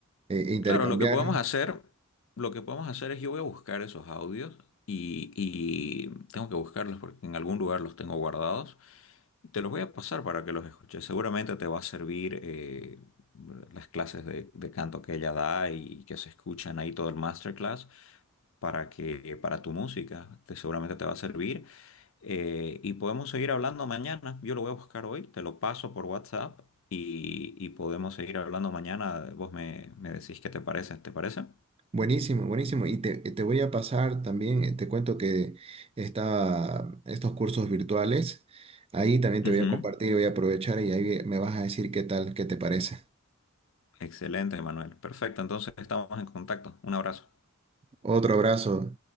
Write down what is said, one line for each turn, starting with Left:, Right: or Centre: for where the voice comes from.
Right: eh, intercambiar.
Left: Claro, lo que podemos hacer, lo que podemos hacer es yo voy a buscar esos audios y, y tengo que buscarlos porque en algún lugar los tengo guardados y te los voy a pasar para que los escuches. Seguramente te va a servir eh, las clases de, de canto que ella da y que se escuchan ahí todo el masterclass para que para tu música te, seguramente te va a servir. Eh, y podemos seguir hablando mañana. Yo lo voy a buscar hoy, te lo paso por WhatsApp y, y podemos seguir hablando mañana. Vos me, me decís qué te parece, ¿te parece?
Right: Buenísimo, buenísimo. Y te, eh, te voy a pasar también, eh, te cuento que está estos cursos virtuales. Ahí también te
Left: Ujú.
Right: voy a compartir, voy a aprovechar y ahí me vas a decir qué tal, qué te parece.
Left: Excelente, Manuel. Perfecto, entonces estamos en contacto. Un abrazo.
Right: Otro abrazo.